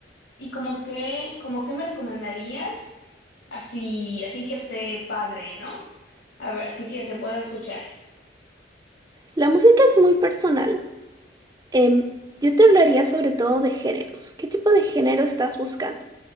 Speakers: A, on the left; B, on the right.
A: y como que, como qué me recomendarías así, así que esté padre, ¿no? A ver, así que se pueda escuchar.
B: La música es muy personal. Em, yo te hablaría sobre todo de géneros. ¿Qué tipo de género estás buscando?